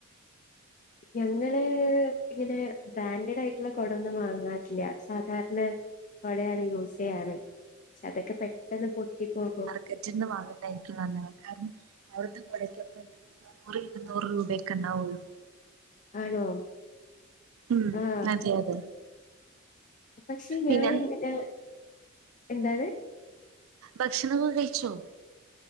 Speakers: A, on the right; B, on the left.
A: <inaudible>
B: ഞങ്ങള് ഇങ്ങെനെ ബ്രാൻഡഡായിട്ട്ള്ളെ കൊടൊന്നും വാങ്ങാറില്ല്യാ സാധാര്ണെ കൊടേണ് യൂസെയ്യാറ് ക്ഷെ അതൊക്കെ പെട്ടെന്ന് പൊട്ടി പോകും
A: കെറ്റിന്ന് വാങ്ങ്ന്നതായ്രിക്കും നന്നാവാ കാരണം അവിട്ത്തെ കാെടെയ്ക്കൊക്കെ നൂറ് ഇര്ന്നൂറ്‌ രൂപയൊക്കെണ്ടാവാെള്ളു
B: ആണോ
A: ഉം
B: ആഹ്
A: അതെ അതെ
B: പക്ഷെ
A: പിന്നെ
B: ഞാന് എന്തിനാ എന്താണ്
A: ഭക്ഷണാെക്കെ കഴിച്ചോ